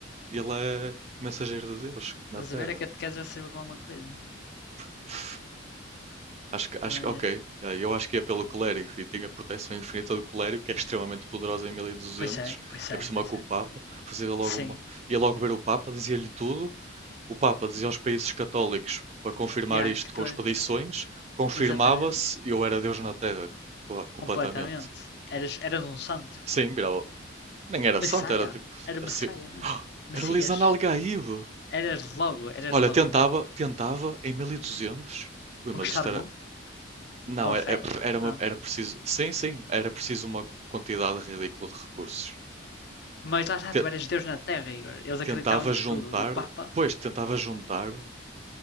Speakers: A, on the right (about 35°); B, on the left (about 55°).
A: ele é mensageiro de Deus
B: Estás
A: na Terra.
B: a ver? A catequese já serviu para alguma coisa.
A: <sighs> Uf, Acho que, acho
B: Mas.
A: que, ok. yeah, eu acho que ia pelo clérigo e tinha a proteção infinita do clérigo, que é extremamente poderosa em 1200.
B: Pois é, pois
A: É
B: é,
A: por cima
B: pois
A: com o Papa,
B: é.
A: fazia logo
B: Sim.
A: uma, ia logo ver o Papa, dizia-lhe tudo. O Papa dizia aos países católicos para confirmar
B: E yeah,
A: isto
B: que tu
A: com
B: era.
A: expedições, confirmava-se
B: Exatamente.
A: e eu era Deus na Terra, cla- completamente.
B: Completamente. Eras, eras um santo.
A: Sim, virava. Nem era
B: messias
A: santo, era tipo
B: Era messias
A: assim.
B: mesmo.
A: Ah,
B: Messias.
A: Era Lisan Algaíbe.
B: Eras logo, eras
A: Olha,
B: logo.
A: tentava, tentava em 1200. Ui, mas
B: Conquistar
A: isto
B: o
A: era.
B: mundo?
A: Não,
B: Com
A: é-
B: a fé?
A: é- era, uma-
B: Ah.
A: era preciso. Sim, sim, era preciso uma quantidade ridícula de recursos.
B: Mas lá está,
A: Te-
B: tu eras Deus na Terra, Igor. Eles acreditavam
A: tentava
B: em
A: juntar.
B: tudo. O Papa
A: Pois, tentava juntar.